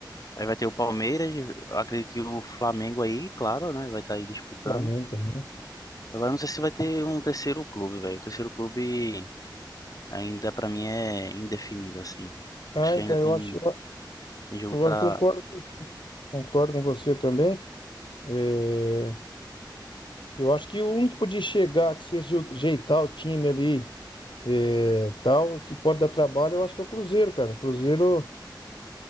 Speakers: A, on the left (about 50°); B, on the left (about 85°).
A: Aí vai ter o Palmeiras, eu acredito que o Flamengo aí, claro, né? Vai estar aí disputando.
B: Flamengo também.
A: Agora não sei se vai ter um terceiro clube, velho. O terceiro clube. ainda pra mim é indefinido, assim.
B: Ah,
A: Acho que
B: então
A: ainda tem,
B: eu acho, eu,
A: tem jogo
B: eu
A: pra.
B: acho- concordo, com- concordo com você também. É, Eu acho que o único que podia chegar, que se ajeitar o time ali, é, tal, que pode dar trabalho, eu acho que é o Cruzeiro, cara. Cruzeiro,